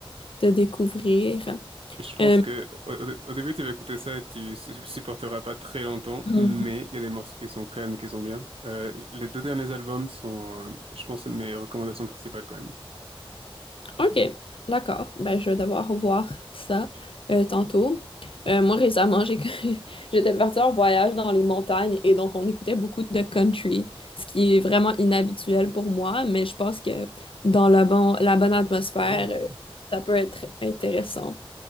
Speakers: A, on the left; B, on the right.
A: de découvrir.
B: Je pense
A: Euh,
B: que au, au- au début tu vas écouter ça et tu su- supporteras pas très longtemps,
A: mmh.
B: mais il y a des morceaux qui sont calmes, qui sont bien. Euh, les deux derniers albums sont, euh, je pense, mes recommandations principales quand même.
A: OK, d'accord. Ben, je vais devoir voir ça euh, tantôt. Euh, moi, récemment, j'ai... <laughs> j'étais partie en voyage dans les montagnes et donc on écoutait beaucoup de country, ce qui est vraiment inhabituel pour moi, mais je pense que dans la, bon... la bonne atmosphère,
B: Oh.
A: euh, ça peut être intéressant.